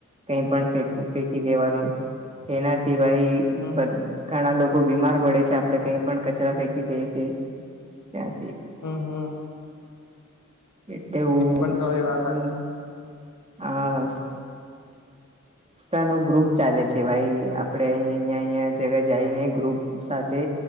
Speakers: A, on the right; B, on the left.
A: કઈ પણ ફેક ફેંકી દેવાનું એનાથી ભાઈ
B: હમ
A: ઘણા લોકો બીમાર પડે છે આપડે કઈ પણ કચરા ફેંકી દે છે ત્યાંથી
B: હમ હમ
A: એટલે હું
B: પણ તમારી
A: હમ
B: વાત સાચી
A: હા <inaudible> નો ગ્રુપ ચાલે છે ભાઈ આપડે અહી અહંયા અહં જગા જઈને ગ્રુપ સાથે